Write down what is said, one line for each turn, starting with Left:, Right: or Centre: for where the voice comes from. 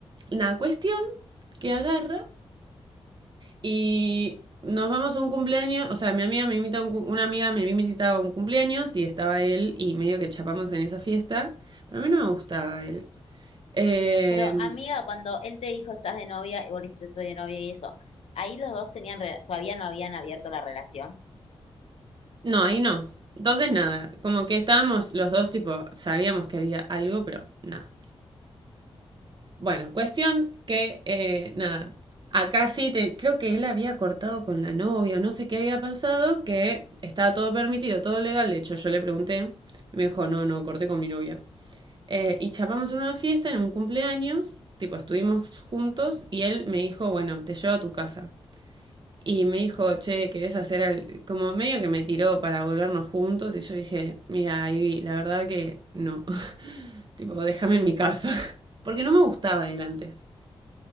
Right: nada, cuestión que agarra Y nos vamos a un cumpleaños, o sea, mi amiga me invita a un, una amiga me invitaba a un cumpleaños y estaba él y medio que chapamos en esa fiesta, pero a mí no me gustaba él. Eh,
Left: Pero, amiga, cuando él te dijo estás de novia, y vos le dijiste estoy de novia y eso, ahí los dos tenían, re- todavía no habían abierto la relación.
Right: no, ahí no. Entonces nada, como que estábamos los dos tipo, sabíamos que había algo, pero nada. Bueno, cuestión que eh, nada, acá sí te- creo que él había cortado con la novia o no sé qué había pasado, que estaba todo permitido, todo legal, de hecho yo le pregunté y me dijo, no, no, corté con mi novia. Eh, y chapamos en una fiesta, en un cumpleaños, tipo, estuvimos juntos y él me dijo, bueno, te llevo a tu casa. Y me dijo, che, ¿querés hacer al... como medio que me tiró para volvernos juntos? Y yo dije, mira, Ivy, la verdad que no. <laughs> tipo, déjame en mi casa. <laughs> Porque no me gustaba él antes.